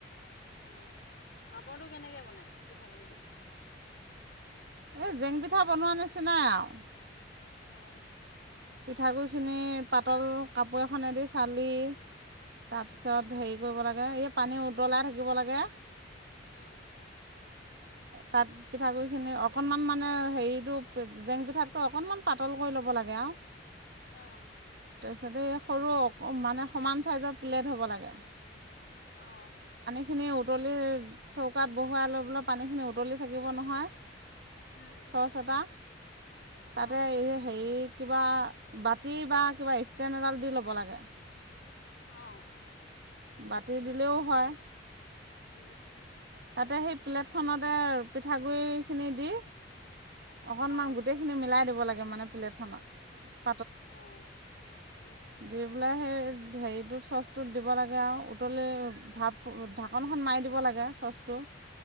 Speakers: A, on the left; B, on the right.
A: আহ পাপৰটো কেনেকে বনাই পিঠাগুৰি দি
B: এই জেং পিঠা বনোৱা নিচিনি নাই আৰু
A: আহ
B: পিঠাগুৰিখিনি পাতল কাপোৰ এখনেদি চালি তাৰ পিছত
A: উম
B: হেৰি কৰিব লাগে এই পানী উতলাই থাকিব লাগে
A: উম
B: তাত পিঠাগুৰিখিনি অকণমান মানে হেৰিটো জেং পিঠাতকৈ অকণমান পাতল কৰি ল'ব লাগে আৰু
A: অ
B: তাৰ পাছতে সৰু মানে সমান চাইজৰ প্লেট হ'ব লাগে
A: আহ
B: খিনি উতলি চৌকাত বহুৱাই ল'বলৈ পানীখিনি উতলি থাকিব নহয়
A: উম
B: ছচ এটা তাতে
A: অ
B: এই হেৰি কিবা বাতি বা কিবা ষ্টেণ্ড এডাল দি ল'ব লাগে
A: আহ
B: বাতি দিলেও হয়
A: উম
B: তাতে সেই প্লেটখনতে পিঠাগুৰিখিনি দি অকনমান
A: অ
B: গোটেই খিনি মিলাই দি ল মানে পপ্লেট খনত
A: অহ উম।
B: দি হেৰিটোত সষ্টোত দিব লাগে আও উতলি ধাকনখন মাৰি দিনক লাগে। টো।